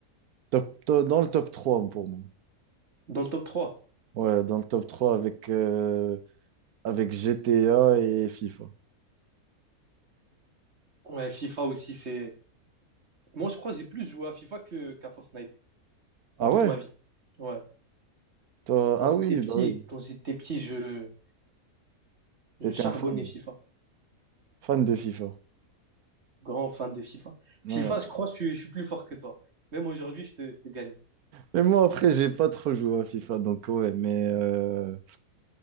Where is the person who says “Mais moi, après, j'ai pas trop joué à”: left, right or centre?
Right